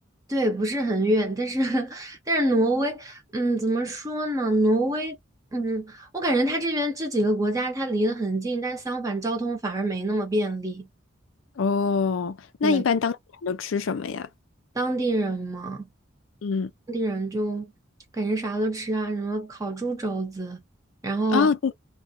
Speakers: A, on the right; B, on the left.
A: 对，不是很远，但是 <laughs> 但是挪威，嗯，怎么说呢？挪威，嗯，我感觉它这边这几个国家它离得很近，但相反交通反而没那么便利。
B: 哦，
A: 对，
B: 那一般当地人都吃什么呀？
A: 当地人嘛，
B: 嗯，
A: 当地人就感觉啥都吃啊，什么烤猪肘子，然后
B: 啊，对